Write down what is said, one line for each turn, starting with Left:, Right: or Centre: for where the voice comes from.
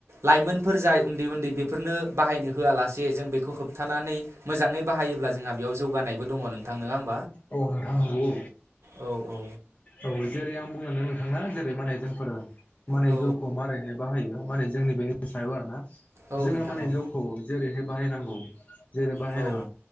Right: लाइमोन फोर जाय उन्दै उन्दै बेफोरनो बाहायनो होआलासे जों बे खौ होबथानानै मोजाङै बाहायोब्ला जोंहा बेयाव जौगानायबो दङ नोंथां नङा होमबा?
Left: औ नोंथां नंगौ।
Right: औ औ
Left: औ जेरै आं बुंनानो नोंथांआ जेरै माने जोंफोरो माने
Right: औ
Left: जौखौ मारैहाय बाहायो माने जोंनि बेनि सायाव आरोना।
Right: औ
Left: जोङो
Right: नोंथां
Left: माने
Right: औ
Left: जौखौ जेरैह बाहायनांगौ। जेरै बाहायनाङा
Right: औ